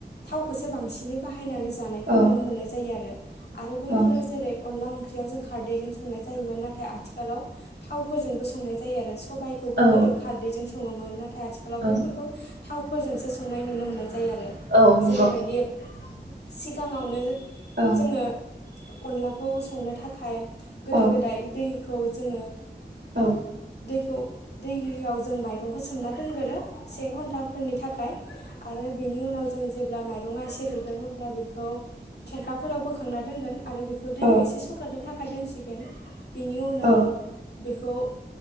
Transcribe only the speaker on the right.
औ
ओं ओं
औ
औ
औ नंगौ
ओं
औ
औ
औ
औ